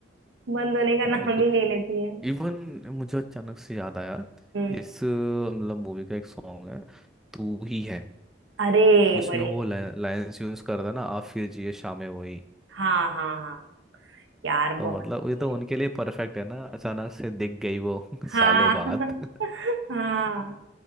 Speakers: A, on the right; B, in the centre.
A: बंद होने का
B: बिल्कुल
A: नाम ही नहीं लेती है
B: इवन मुझे अचानक से याद आया
A: हम्म
B: इस मतलब मूवी का एक सॉन्ग है तू ही है
A: अरे
B: उसमें
A: बड़े
B: वो लाइंस यूज कर था ना आप फिर जिए शामें वही
A: हाँ हाँ हाँ यार
B: तो
A: बहुत
B: मतलब
A: बढ़िया
B: ये तो
A: है।
B: उनके लिए परफेक्ट है ना अचानक से दिख गई वो <laughs>
A: हाँ
B: सालों बाद
A: <laughs>
B: <laughs>
A: हाँ